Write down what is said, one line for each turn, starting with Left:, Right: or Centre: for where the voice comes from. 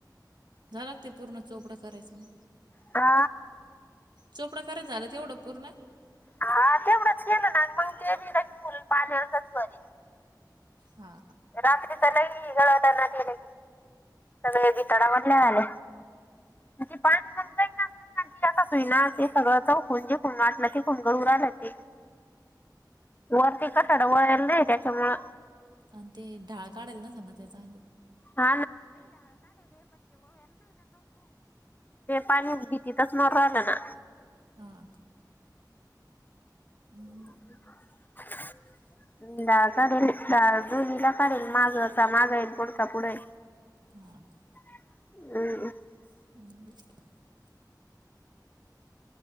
Right: झालं ते पूर्ण चोपडं करायचं मग
Left: आ
Right: जो प्रकारच झाला तेवढं पूर्ण.
Left: हा तेवढंच केलं ना मग ते बी फुल पालेच असत.
Right: हा.
Left: रात्री तर लई अड ना केलेली सगळे बी तडावडले आले मग ते पाणी जातय ना. तई ना अस सगळं चौकून जे खून वाटलं ते खुनग उरलं ते वरती कठाड वळला नाही त्याच्यामुं
Right: आणि ते ढाळ काढेल ना सर ना त्याचा
Left: <inaudible> ते पाणी भिंतीतच मुरूम राहिलं ना.
Right: हा. हम्म.
Left: <inaudible>
Right: <inaudible>
Left: द काढल दोनला काढल मागंता मागा येईल पुढचा पुढ ये.
Right: हा का.
Left: <unintelligible>
Right: <unintelligible>